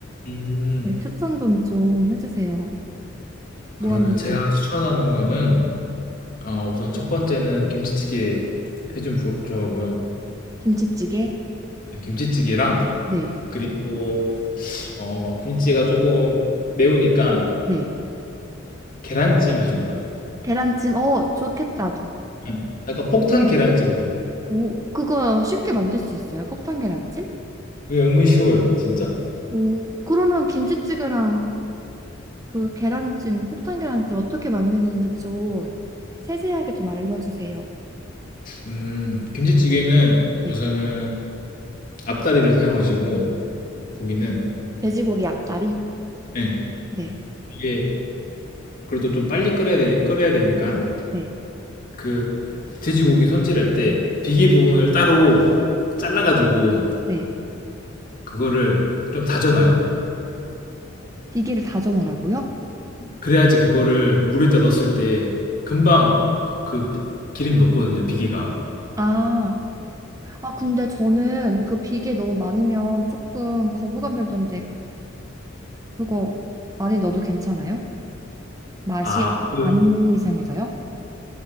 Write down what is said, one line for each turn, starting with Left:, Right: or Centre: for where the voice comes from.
Left: 음.
Right: 네, 추천 좀 좀 해주세요. 뭐
Left: 그러면
Right: 하면 좋을?
Left: 제가 추천하는 거는 어, 우선 첫 번째는 김치찌개 해주면 좋 좋아하고요.
Right: 김치찌개?
Left: 김치찌개랑
Right: 네,
Left: 그리고 어, 김치찌개가 조금 매우니까
Right: 네.
Left: 계란찜 해주면 좋아요.
Right: 계란찜? 어, 좋겠다.
Left: 약간 약간 폭탄 계란찜으로.
Right: 오, 그거 쉽게 만들 수 있어요? 폭탄 계란찜?
Left: 그게 은근 쉬워요, 진짜.
Right: 오, 그러면 김치찌개랑 그 계란찜, 폭탄 계란찜 어떻게 만드는지 좀 세세하게 좀 알려주세요.
Left: 음, 김치찌개는
Right: 네.
Left: 우선은 앞다리를 사용하시고 고기는
Right: 돼지고기 앞다리?
Left: 네,
Right: 네.
Left: 이게 그래도 좀 빨리 끓여야 되, 끓여야 되니까
Right: 네.
Left: 그 돼지고기 손질할 때 비계 부분을 따로 잘라가지고
Right: 네.
Left: 그거를 좀 다져놔요.
Right: 비계를 다져 넣으라고요?
Left: 그래야지 그거를 물에다 넣었을 때 금방 그 기름 녹거든요. 비계가.
Right: 아, 아, 근데 저는 그 비계 너무 많으면 조금 거부감 들던데 그거 많이 넣어도 괜찮아요? 맛이
Left: 아, 그,
Right: 안 이상해져요?